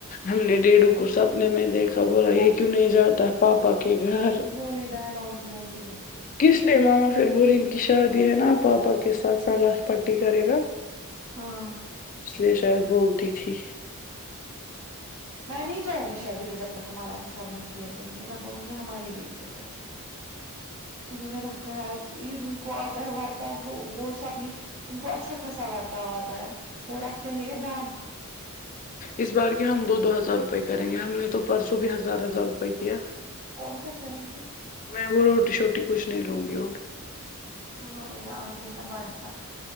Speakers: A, on the left; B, on the right.
A: ہم نے ڈیڈو کو سپنے میں دیکھا بولا یہ کیوں نہیں جاتا پاپا کے گھر
B: وہ یہ ڈائلگس بولتی رہتی ہیں
A: کس لیے ماما پھر ب ان کی شادی ہے نا پاپا کے ساتھ سلاس پٹی کرے گا
B: ہاں
A: اس لیے شاید بولتی تھی
B: میں نہیں جاں گی شادی پہ جب تک ہمارا حساب نہیں کلیئر کریں گے میں بولوں گی ہماری بھی عزت ہے
A: <inaudible>
B: انہوں نے رکھا ہے ان کو آتا ہے وار تب وہ وہ سبھی ان کو اچھا خاصا برتا ہوا آتا ہے وہ رکھتے ہیں یہ ڈامپ
A: اس بار کی ہم دو ہزار روپئے کریں گے ہم نے تو پرسوں بھی ہزار ہزار روپئے کیا ہے
B: اور کیا کریں گے
A: میں وہ روٹی شوٹی کچھ نہیں لوں گی اور
B: ہاں یہ آتے ہیں نا بارا ساخ